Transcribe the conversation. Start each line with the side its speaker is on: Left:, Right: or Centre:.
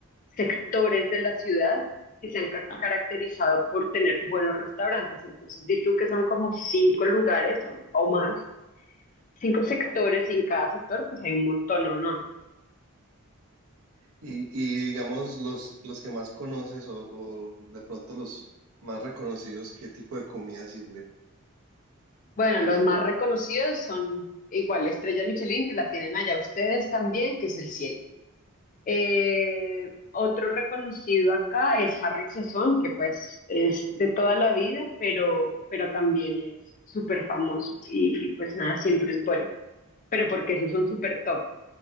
Left: sectores de la ciudad que se han ca- caracterizado por tener buenos restaurantes. Entonces, di tú que son como cinco lugares o o más cinco sectores y en cada sector pues hay un montón, ¿o no?
Right: Y, y digamos, los, los que más conoces o, o de pronto los más reconocidos, ¿qué tipo de comida sirven?
Left: Bueno, los más reconocidos son igual la estrella Michelin, que la tienen allá ustedes también, que es el cielo. Eh, otro reconocido acá es Harry Sazón, que pues es de toda la vida, pero, pero también es súper famoso y, y pues nada, siempre es bueno, pero porque esos son súper top.